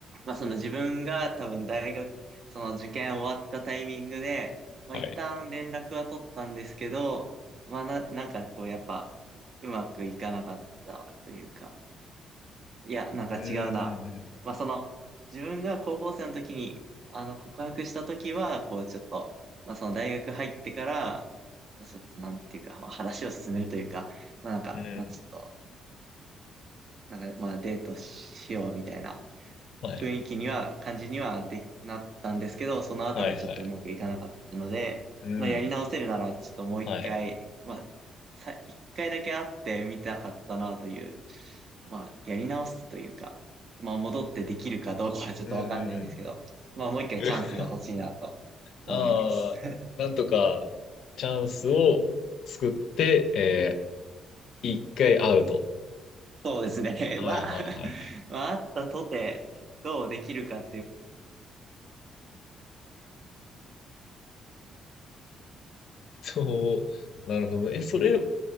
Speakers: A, on the right (about 50°); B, on the left (about 65°).
A: まあ、その自分が多分大学、その受験終わったタイミングで、まあ、
B: はい。
A: 一旦連絡は取ったんですけど、まあ、な、なんかこう、やっぱ、うまくいかなかったというか、いや、なんか違うな。
B: うんうん
A: まあ、その、自分が高校生の時に、あの、告白した時は、こう、ちょっと、まあ、その大学入ってから、まあちょっと、なんていうか、まあ、話を進めるというか、まあ、なんか、
B: うん。うん。
A: まあ、ちょっと、なんか、まあ、デートしようみたいな
B: はい、
A: 雰囲気には、感じにはできなったんですけど、その後がちょっとうまくいかなかったので、
B: はいはい。うん。
A: まあ、やり直せるなら、ちょっともう一回、
B: はい。
A: まあ、さ、一回だけ会ってみたかったなという、まあ、やり直すというか、まあ、戻ってできるかどうかはちょっとわかんないんですけど、
B: うんうん
A: まあ、もう一回チャンスが欲しいなと思います。
B: うん。<laughs> ああ、なんとかチャンスを作って、えー、一回アウト。
A: そうですね。<laughs>
B: はいはいはいはい。
A: まあ、まあ、あったとて、どうできるか
B: そう、なるほどね。え、それ、も、